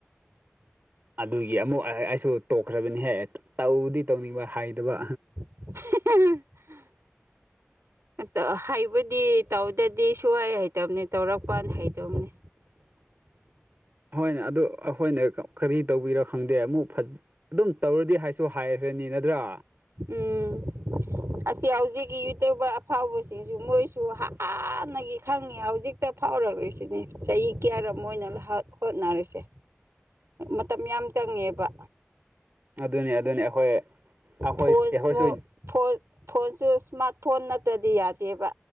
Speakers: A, on the right (about 45°); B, on the right (about 80°).
A: ꯑꯗꯨꯒꯤ ꯑꯃꯨꯛ ꯑꯩꯁꯨ ꯇꯣꯛꯈ꯭ꯔꯕꯅꯤꯍꯦ ꯇꯧꯗꯤ ꯇꯧꯅꯤꯡꯕ ꯍꯩꯇꯕ
B: <unintelligible> ꯑ ꯍꯩꯕꯗꯤ ꯇꯧꯗꯗꯤ ꯁꯨꯡꯍꯩ ꯍꯩꯇꯕꯅꯦ ꯇꯧꯔꯛꯀꯥꯟ ꯍꯩꯗꯧꯕꯅꯦ
A: ꯍꯣꯏꯅꯦ ꯑꯗꯨ ꯑꯩꯈꯣꯏꯅ ꯀꯔꯤ ꯇꯧꯕꯤꯔꯣ ꯈꯪꯗꯦ ꯑꯃꯨꯛ ꯑꯗꯨꯝ ꯇꯧꯔꯗꯤ ꯍꯥꯏꯁꯨ ꯍꯥꯏꯈ꯭ꯔꯅꯤ ꯅꯠꯇ꯭ꯔꯥ
B: ꯎꯝ ꯑꯁꯤ ꯍꯧꯖꯤꯛꯀꯤ ꯌꯨꯇ꯭ꯌꯨꯕꯔ ꯑꯐꯥꯎꯕꯁꯤꯡꯁꯨ ꯃꯣꯏꯁꯨ ꯍꯥꯟꯅꯒꯤ ꯈꯪꯉꯤ ꯍꯧꯖꯤꯛ ꯍꯛꯇ ꯐꯥꯎꯔꯛꯂꯤꯁꯤꯅꯦ ꯆꯍꯤ ꯀꯌꯥꯔ ꯑꯣꯏꯅ ꯍꯣꯠꯅꯔꯤꯁꯦ ꯃꯇꯝ ꯌꯥꯝ ꯆꯪꯉꯦꯕ
A: ꯑꯗꯨꯅꯤ ꯑꯗꯨꯅꯤ ꯑꯩꯈꯣꯏ ꯑꯩꯈꯣꯏ
B: ꯐꯣꯟꯃꯨ
A: ꯑꯩꯈꯣꯏꯁꯨ
B: ꯐꯣꯟ ꯐꯣꯟꯁꯨ ꯏꯁꯃꯥꯔꯠ ꯐꯣꯟ ꯅꯠꯇ꯭ꯔꯗꯤ ꯌꯥꯗꯦꯕ